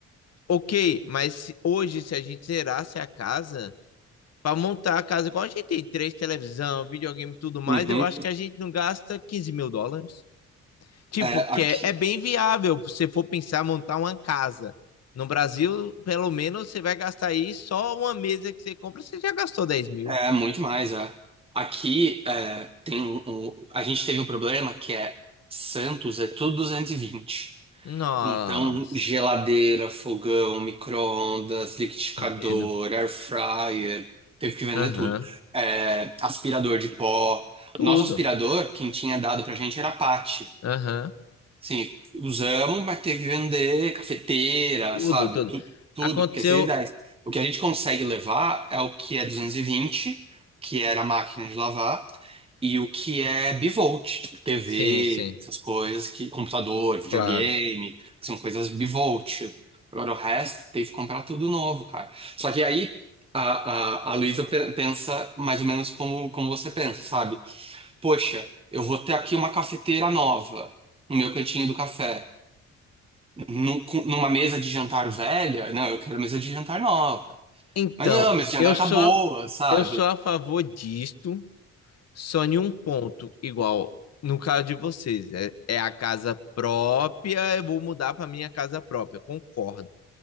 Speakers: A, on the left; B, on the right.
A: ok, mas se- hoje se a gente zerasse a casa para montar a casa, igual a gente tem três televisão, videogame e tudo mais,
B: Uhum.
A: eu acho que a gente não gasta quinze mil dólares. Tipo,
B: É,
A: que
B: aqui.
A: é, é bem viável, se você for pensar montar uma casa. No Brasil, pelo menos, você vai gastar aí só uma mesa que você compra, você já gastou dez mil.
B: É, muito mais, é. Aqui é, tem um, um- a gente teve um problema que é Santos é tudo 220.
A: Nossa,
B: Então, geladeira, fogão, micro-ondas, liquidificador,
A: entendo.
B: air fryer, teve que vender
A: Aham.
B: tudo. É, aspirador de pó.
A: Tudo.
B: O nosso aspirador, quem tinha dado pra gente era a Pathy.
A: Aham.
B: Sim, usamos, mas teve que vender cafeteira,
A: Tudo,
B: sabe?
A: tudo.
B: Tu, tudo,
A: Aconteceu.
B: porque é 110. O que a gente consegue levar é o que é 220 que era a máquina de lavar, e o que é bivolt, tipo TV,
A: Sim, sim,
B: essas coisas, que, computador, videogame,
A: claro.
B: que são coisas bivolt. Agora o resto teve que comprar tudo novo, cara. Só que aí a, a, a Luísa pe- pensa mais ou menos como, como você pensa, sabe? Poxa, eu vou ter aqui uma cafeteira nova no meu cantinho do café. Num- com- numa mesa de jantar velha? Não, eu quero mesa de jantar nova.
A: Então,
B: Mas não, a mesa de jantar
A: eu sou
B: tá boa,
A: a,
B: sabe?
A: eu sou a favor disto, Só em um ponto, igual no caso de vocês, é, é a casa própria, eu vou mudar para minha casa própria, concordo.